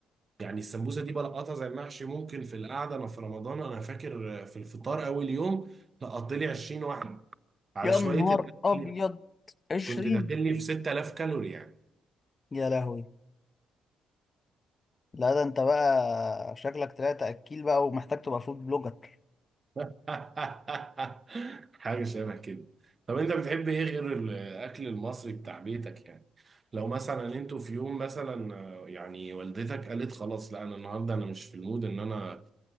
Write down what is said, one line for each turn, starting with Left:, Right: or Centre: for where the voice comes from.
Right: يعني السمبوسه دي بلقطها زي المحشي ممكن في القعده انا في رمضان انا فاكر في الفطار اول يوم لقطت لي 20 واحده على
Left: يا
Right: شويه
Left: نهار
Right: الاكل
Left: أبيض عشرين
Right: كنت داخل لي في 6000 كالوري يعني
Left: يا لهوي لا ده انت بقى شكلك طلعت أكيل بقى ومحتاج تبقى فود بلوجر
Right: <laughs> حاجه شبه كده طب انت بتحب ايه غير الاكل المصري بتاع بيتك يعني لو مثلا انتوا في يوم مثلا آه، يعني والدتك قالت خلاص لا انا النهارده انا مش في المود ان انا